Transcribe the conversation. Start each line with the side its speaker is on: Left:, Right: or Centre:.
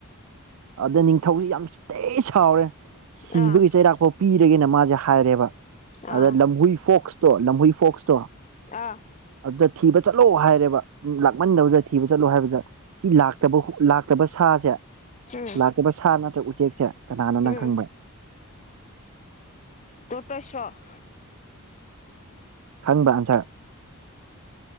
Right: ꯑꯗ ꯅꯤꯡꯊꯧꯁꯤ ꯌꯥꯝ ꯊꯤꯅ ꯁꯥꯎꯔꯦ ꯁꯤꯕꯒꯤ
Left: ꯑꯥ
Right: ꯆꯩꯔꯥꯛꯐꯥꯎ ꯄꯤꯔꯒꯦꯅ ꯃꯥꯁꯦ ꯍꯥꯏꯔꯦꯕꯥ ꯑꯗꯥ
Left: ꯑꯥ
Right: ꯂꯝꯍꯨꯏ ꯐꯣꯛꯁꯇꯣ ꯂꯝꯍꯨꯏ ꯐꯣꯛꯁꯇꯣ!
Left: ꯑꯥꯑꯑ
Right: ꯑꯗꯨꯗ ꯊꯤꯕ ꯆꯠꯂꯣ ꯍꯥꯏꯔꯦꯕ ꯃꯤ ꯂꯥꯛꯃꯟꯗꯕꯗ ꯊꯤꯕ ꯆꯠꯂꯣ ꯍꯥꯏꯕꯗꫭ ꯐꯧꯖꯤꯛ ꯂꯥꯛꯇꯕ ꯂꯥꯛꯇꯕ ꯁꯥꯁꯦ
Left: ꯎꯝ
Right: ꯂꯥꯛꯇꯕ ꯁꯥ ꯅꯠꯇ꯭ꯔꯒ ꯎꯆꯦꯛꯁꯦ ꯀꯅꯥꯅꫭ ꯅꯪ
Left: ꯎꯝ
Right: ꯈꯪꯕꯔꯥ
Left: ꯇꯣꯇ ꯁꯣ <unintelligible>
Right: ꯈꯪꯕꯔꯥ ꯑꯟꯁꯔ